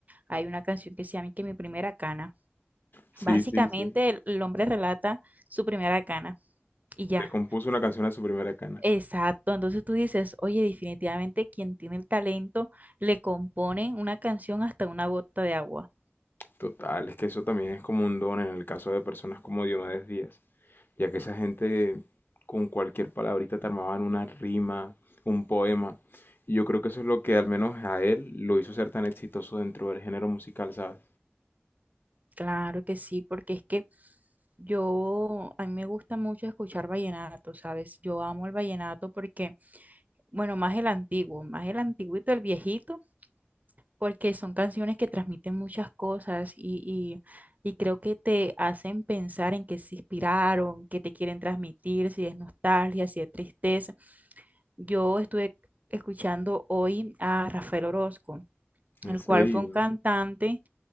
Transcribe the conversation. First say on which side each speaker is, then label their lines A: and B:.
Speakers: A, on the right; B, on the left.
A: hay una canción que se llama que mi primera cana.
B: Sí,
A: Básicamente,
B: sí, sí.
A: el, el hombre relata su primera cana y ya.
B: Le compuso una canción a su primera cana.
A: Exacto, entonces tú dices, oye, definitivamente quien tiene el talento le compone una canción hasta una gota de agua.
B: Total, es que eso también es como un don en el caso de personas como Diomedes Díaz. ya que esa gente con cualquier palabrita te armaban una rima, un poema. Y yo creo que eso es lo que al menos a él lo hizo ser tan exitoso dentro del género musical, ¿sabes?
A: Claro que sí, porque es que yo, a mí me gusta mucho escuchar vallenato, ¿sabes? Yo amo el vallenato porque, bueno, más el antiguo, más el antiguito, el viejito, porque son canciones que transmiten muchas cosas y, y, y creo que te hacen pensar en qué se inspiraron, qué te quieren transmitir, si es nostalgia, si es tristeza. Yo estuve escuchando hoy a Rafael Orozco,
B: En
A: el
B: serio.
A: cual fue un cantante